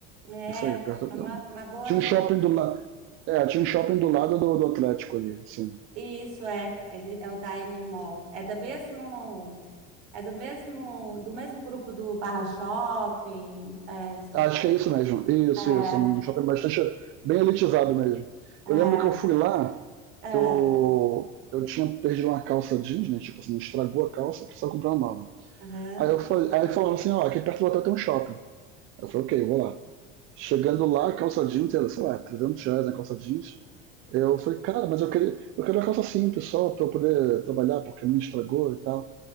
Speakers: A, on the right; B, on the right.
A: É,
B: Isso aí, perto
A: é
B: do-
A: uma, uma boa
B: Tinha
A: região.
B: um shopping do lado. É, tinha um shopping do lado do, do Atlético ali, sim.
A: Isso é, ele é o Diamond Mall. É do mesmo, é do mesmo, do mesmo grupo do Barra Shopping. É, esqueci-
B: Acho que é isso mesmo. Isso,
A: é,
B: isso. Um shopping bastante bem elitizado mesmo.
A: é,
B: Eu lembro que eu fui lá,
A: é,
B: que eu, eu tinha perdido uma calça jeans, né? Tipo assim, estragou a calça, precisava comprar uma nova.
A: aham,
B: Aí eu falei, aí falaram assim, ó, aqui perto do hotel tem um shopping. Aí Eu falei, ok, eu vou lá. Chegando lá, a calça jeans era, sei lá, 300 reais na calça jeans. Eu falei, cara, mas eu queria, eu quero uma calça simples só pra eu poder trabalhar, porque a minha estragou e tal.